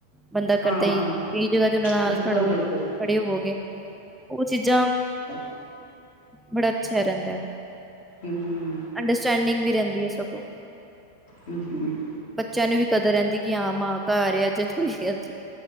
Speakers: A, in the centre; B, on the left.
A: ਬੰਦਾ ਕਰਦਾ
B: ਹਾਂ
A: ਈ ਏ। ਕਈ ਜਗ੍ਹਾ ਤੇ ਉਹਨਾਂ ਨਾਲ
B: ਬਿਲਕੁਲ
A: ਖੜੋ,
B: ਬਿਲਕੁਲ
A: ਖੜੇ ਹੋਵਗੇ। ਉਹ ਚੀਜ਼ਾਂ
B: ਹ <inaudible>
A: ਬੜਾ ਅੱਛਾ ਐ ਰਹਿੰਦਾ।
B: ਹਮ।
A: ਅੰਡਰਸਟੈਂਡਿੰਗ ਵੀ ਰਹਿੰਦੀ ਐ ਸਗੋ।
B: ਹਮ ਹਮ
A: ਬੱਚਿਆਂ ਨੂੰ ਵੀ ਕਦਰ ਰਹਿੰਦੀ ਕਿ ਹਾਂ ਮਾਂ ਘਰ ਏ ਅੱਜ ਥੋੜੀ ਜੀ ਅੱਜ।